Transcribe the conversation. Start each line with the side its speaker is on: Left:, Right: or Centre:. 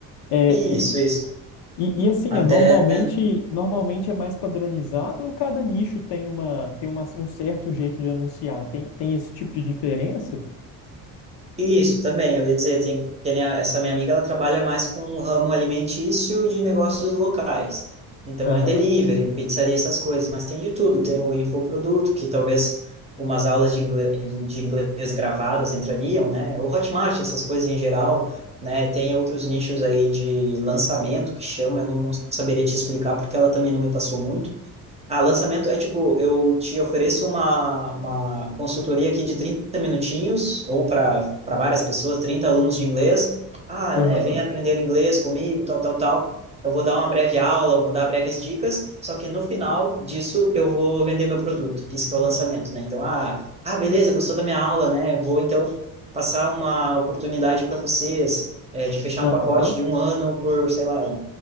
Left: É,
Right: Isso,
Left: é-
Right: isso.
Left: e, e assim,
Right: Até
Left: é normalmente, normalmente é mais padronizado ou cada nicho tem uma, tem uma, um certo jeito de anunciar? Tem, tem esse tipo de diferença?
Right: Isso também, eu ia dizer, tem, que nem a- essa minha amiga, ela trabalha mais com o ramo alimentício de negócios locais. Então
Left: Aham,
Right: é delivery, pizzaria, essas coisas, mas tem de tudo. Tem o infoproduto, que talvez umas aulas de inglês, de inglês gravadas entrariam, né? O Hotmart, essas coisas em geral, né? Tem outros nichos aí de lançamento que chama, eu não, não saberia te explicar porque ela também não me passou muito ah, lançamento é tipo, eu te ofereço uma, uma consultoria aqui de 30 minutinhos, ou para para várias pessoas, 30 alunos de inglês. Ah,
Left: aham,
Right: né, vem aprender inglês comigo, tal, tal, tal. Eu vou dar uma breve aula, eu vou dar breves dicas, só que no final disso eu vou vender meu produto. Isso que é o lançamento, né? Então, ah, ah, beleza, gostou da minha aula, né? Vou então passar uma oportunidade para vocês, é, de fechar
Left: aham,
Right: um pacote de um ano por, sei lá,